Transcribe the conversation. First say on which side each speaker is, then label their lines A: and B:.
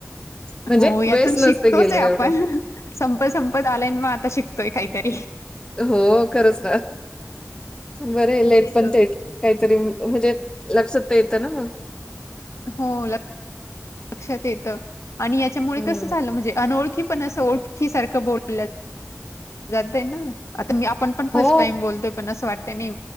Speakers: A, on the left; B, on the left.
A: म्हणजे
B: हो यातून
A: वेळच नसते
B: शिकतोच
A: गेले
B: आहे आपण,
A: एवढंच
B: संपत संपत आलाय मग आता शिकतोय काहीतरी
A: हो खरंच ना, बर आहे लेट
B: तेच
A: पण
B: होते.
A: थेट, काहीतरी म्हणजे लक्षात त येत ना मग,
B: हो लक्षात येत, आणि याच्यामुळे
A: हम्म
B: कस झालं म्हणजे अनोळखी पण असं ओळखी सारखं बोलल्या जात आहे ना, आता म्या पण फर्स्ट
A: हो
B: टाईम बोलतोय, पण असं वाटतय